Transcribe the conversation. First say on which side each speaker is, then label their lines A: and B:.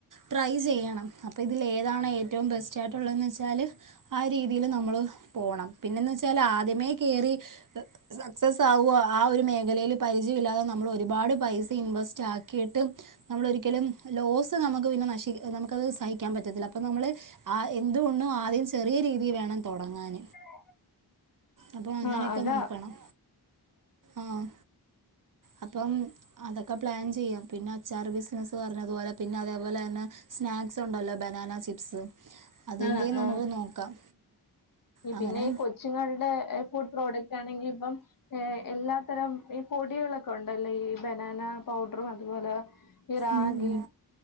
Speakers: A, on the right; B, on the left.
A: ട്രൈ ചെയ്യണം അപ്പ ഇതില് ഏതാണ് ഏറ്റവും ബെസ്റ്റായിട്ടുള്ളതെന്ന് വെച്ചാൽ, ആ രീതിയിൽ നമ്മള് പോകണം. പിന്നെന്ന് വച്ചല് <unintelligible> ആദ്യമേ കയറി സക്സസ് ആവുവോ. ആ ഒരു മേഖലയിൽ പരിചയവില്ലാതെ നമ്മൾ ഒരുപാട് പൈസ ഇൻവെസ്റ്റ് ആക്കിയിട്ട് നമ്മൾ ഒരിക്കലും ലോസ് നമുക്ക് പിന്നെ നശി നമുക്കത് സഹി ക്കാൻ പറ്റത്തില്ല. അപ്പൊ നമ്മള് ആ എന്തുകൊണ്ടും ആദ്യം ചെറിയ രീതിൽ വേണം തുടങ്ങാൻ.
B: <inaudible>
A: അപ്പം അങ്ങനെയൊക്കെ
B: ആഹ് അതാ
A: നോക്കണം. ആഹ്... അപ്പം അതൊക്കെ പ്ലാൻ ചെയ്യാം. പിന്നെ അച്ചാർ ബിസിനസ്സ് പറഞ്ഞതുപോലെ പിന്നെ അതേപോലെ തന്നെ സ്നാക്സ് ഉണ്ടല്ലോ? Banana chips. അതിന്റേം
B: ആഹ്
A: നമുക്ക്
B: ആഹ്
A: നോക്കാം. അങ്ങനെ
B: പിന്നെ ഈ കൊച്ചുങ്ങള്ടെ ഫുഡ് പ്രോഡക്റ്റ് ആണെങ്കിൽ ഇപ്പം ഏഹ് എല്ലാത്തരം ഈ പൊടികളൊക്കെ ഉണ്ടല്ലേ? ഈ ബനാന പൗഡറും, അതുപോലെ ഈ രാഗി
A: ഉം ഉം